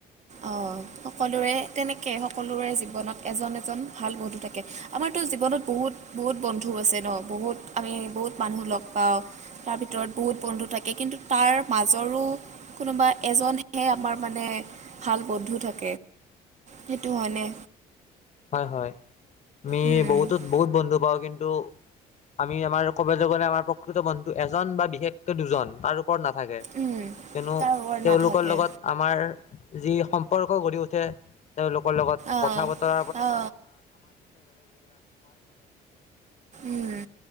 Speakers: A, on the right; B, on the left.
A: অ', সকলোৰে তেনেকে সকলোৰে জীৱনত এজন এজন ভাল বন্ধু থাকে, আমাৰতো জীৱনত বহুত বহুত বন্ধু আছে ন বহুত আমি বহুত মানুহ লগ পাওঁ তাৰ ভিতৰত বহুত বন্ধু থাকে কিন্তু তাৰ মাজৰো কোনোবা এজনহে আমাৰ মানে ভাল বন্ধু থাকে। সেইটো হয়নে
B: হয় হয় আমি
A: উম
B: বহুত বহুত বন্ধু পাওঁ কিন্তু আমি আমাৰ ক'ব গ'লে আমাৰ প্ৰকৃত বন্ধু এজন বা বিশেষকৈ দুজন তাৰ ওপৰত নাথাকে
A: উম
B: কিয়নো
A: তাৰ ওপৰত
B: তেওঁলোকৰ
A: নাথাকে
B: লগত আমাৰ যি সম্পৰ্ক গঢ়ি উঠে তেওঁলোকৰ লগত
A: অ
B: কথা বতৰা <unintelligible> ত
A: অ উম